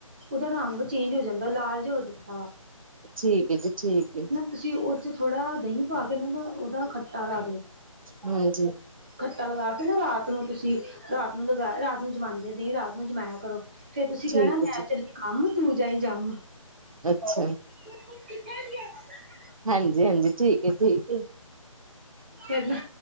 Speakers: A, on the right (about 15°); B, on the right (about 70°).
A: ਉਹਦਾ ਰੰਗ ਚੇਂਜ ਹੋ ਜਾਂਦਾ ਲਾਲ ਜਾ ਹੋ ਜਾਂਦਾ ਵਾ।
B: ਠੀਕ ਹੈ ਜੀ ਠੀਕ ਹੈ
A: ਤੁਸੀਂ ਉਹ 'ਚ ਥੋੜ੍ਹਾ ਦਹੀਂ ਪਾ ਕੇ ਨਾ, ਦਾ ਉਹਦਾ ਖੱਟਾ ਲਾ ਦਿਓ।
B: ਹਾਂਜੀ।
A: ਖੱਟਾ ਲਗਾ ਕੇ ਨਾ ਰਾਤ ਨੂੰ ਤੁਸੀਂ ਰਾਤ ਨੂੰ ਲਗਾ ਰਾਤ ਨੂੰ ਜਮਾਂਦੇ ਦ, ਈ ਰਾਤ ਨੂੰ ਜਮਾਇਆ ਕਰੋ, ਫੇਰ ਤੁਸੀਂ
B: ਠੀਕ
A: ਕਹਿਣਾ ਮੈਂ
B: ਹੈ ਜੀ
A: ਚੱਲੀ ਕੰਮ, ਤੂੰ ਜਾਈ ਜੰਮ।
B: ਅੱਛਾ ਈ।
A: <unintelligible>
B: ਹਾਂਜੀ-ਹਾਂਜੀ, ਠੀਕ ਏ-ਠੀਕ ਏ।
A: ਹੇਨਾ